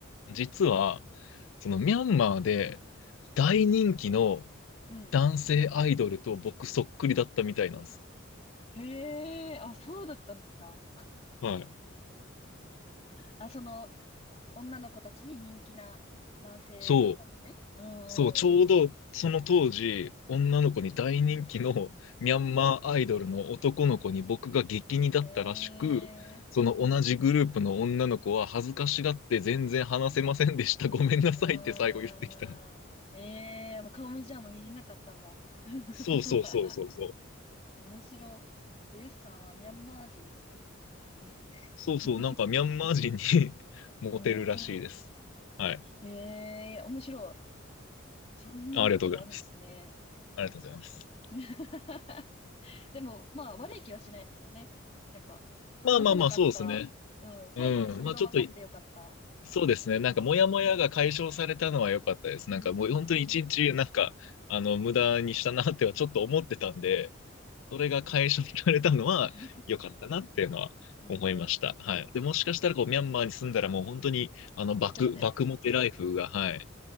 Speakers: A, on the left; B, on the left.
A: 実は、そのミャンマーで大人気の
B: うん
A: 男性アイドルと僕そっくりだったみたいなんです。
B: へえ、あ、そうだったんですか。
A: はい。
B: あ、その、女の子たちに人気な男性だったんですね。
A: そう、
B: うーん。
A: そう、ちょうどその当時、女の子に大人気のミャンマーアイドルの男の子に僕が激似だったらしく、
B: ええ、
A: その同じグループの女の子は恥ずかしがって全然話せませんでした。ごめんなさいって最後言ってきた。
B: あー、ええ、もう顔もじゃあもう見れなかったんだ。<laughs>
A: そうそうそうそうそう。
B: 面白。じゃあ、ヨシさんはミャンマー人に似てるんですかね。
A: そうそう、
B: <laughs>
A: なんかミャンマー人に <laughs> モテるらしいです。
B: うーん。
A: はい。
B: へえ、面白い。そんなことがあるんですね。
A: あありがとうございます。ありがとうございます。
B: <laughs> でも、まあ、悪い気はしないですよね。なんか、
A: まあまあまあ、
B: 話せなかった。
A: そうですね。
B: うん、最後にそれが分かってよかった。
A: うん。まあちょっとい、そうですね。
B: ですよね。
A: なんかモヤモヤが解消されたのは良かったです。
B: うんうんうん。
A: なんかもう本当に一日、なんか、あの、無駄にしたなってはちょっと思ってたんで、それが解消されたのは良かったなっていうのは思いました。
B: <laughs> うんうん。
A: はい。で、もしかしたらこう、ミャンマーに住んだらもう本当に、あの、爆、
B: モテモテになっちゃう。
A: 爆モテライフが、はい。